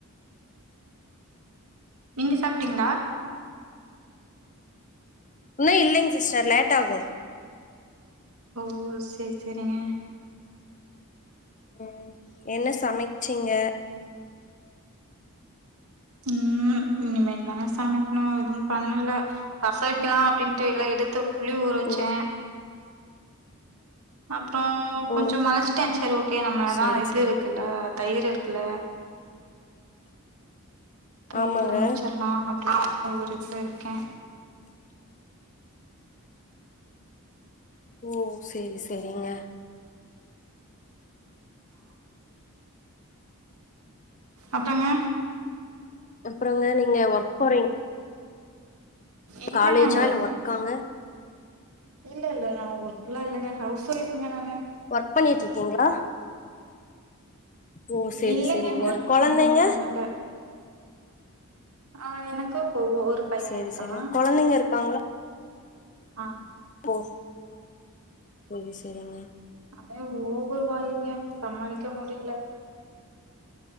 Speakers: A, on the right; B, on the left.
A: நீங்க சாப்ட்டீங்ளா
B: இன்னு இல்லைங் சிஸ்டர் லேட் ஆகு
A: ஓ சேர் செரிங்க
B: ம் என்ன சமச்சீங்க
A: ம் இனிமே தாங்க சமைக் இன்னு எதுவும் பண்ணல ரச வைக்கலா அப்டின்ட்டு எல்லா எடுத்து புளி ஊற வச்சே
B: ஓ
A: அப்றோ கொஞ்ச
B: ஓ
A: மளச்டே செரி ஓகே நம்மதா
B: சேரி
A: இது
B: சேரி
A: இருக்குல்ல தயிர் இருக்குல்ல தயிர்ல
B: ஆமாங்க
A: முடிச்சாரு நா அப்றோ ஒரு இதுல இருக்கே
B: ஓ சேரி சேரிங்க
A: அப்பறங்க
B: அப்பறங்க நீங்க ஒர்க் போறீங்
A: இல்லங்க
B: காலேஜா
A: ஒரு
B: இல்ல ஒர்க்காங்க
A: இல்ல இல்ல நா ஒர்க்லா இல்லங்க ஹவுஸ் வைஃப்ங்க நானு
B: ஒர்க் பண்ணிட்டுட்ருக்கீங்ளா ஓ சேரி
A: இல்லங்க
B: சேரிங்க
A: ஒர்க்
B: கொழந்தைங்க
A: எங்கயு பண்ணல ஆ எனக்கு ஒரு ஒரு பைய
B: செரி
A: இருக்கா
B: செரிங்க கொழந்தைங்க இருக்காங்ளா
A: ஆ
B: ஓ செரி செரிங்க
A: அவே ஓவர் வாய்ங்க சமாளிக்க முடியல